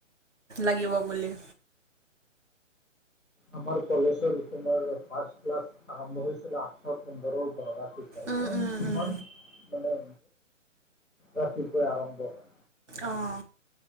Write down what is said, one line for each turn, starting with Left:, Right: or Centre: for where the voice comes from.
Right: লাগিব বুলি।
Centre: আমাৰ কলেজৰ তোমাৰ ফাৰ্ষ্ট ক্লাছ আৰম্ভ হৈছিল আঠটা পোন্ধৰ অহ, ৰাতিপুৱাই।
Right: উম
Centre: ইমান-ইমান
Right: উম উম
Centre: মানে ৰাতিপুৱাই আৰম্ভ হয়।
Right: অহ।